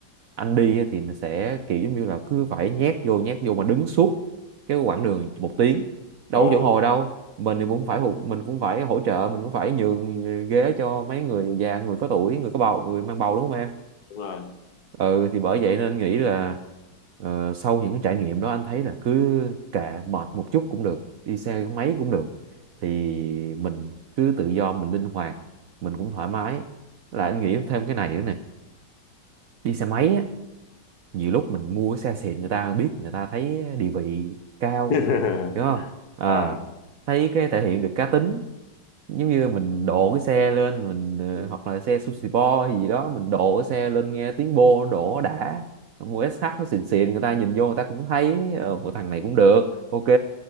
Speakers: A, on the right; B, on the left.
A: anh đi á thì sẽ kiểu giống như là cứ phải nhét vô nhét vô mà đứng suốt cái quãng đường một tiếng đâu
B: ồ
A: có chỗ ngồi đâu mình thì cũng phải hỗ- mình cũng phải hỗ trợ mình cũng phải nhường ghế cho mấy người già người có tuổi người có bầu người mang bầu đúng không em
B: đúng rồi
A: ừ thì bởi vậy nên anh nghĩ là ờ, sau những cái trải nghiệm đó anh thấy là cứ kệ mệt một chút cũng được đi xe máy cũng được thì mình cứ tự do mình linh hoạt mình cũng thoải mái là anh nghĩ thêm cái này nữa nè đi xe máy á nhiều lúc mình mua cái xe xịn người ta biết người ta thấy địa vị cao
B: <laughs>
A: hiểu không à
B: à
A: thấy cái thể hiện được cá tính giống như mình độ cái xe lên mình ờ, hoặc là xe sushi bo hay gì đó mình độ cái xe lên nghe tiếng bô nó đổ đã mua SH nó xịn xịn người ta nhìn vô người ta cũng thấy ờ, của thằng này cũng được ok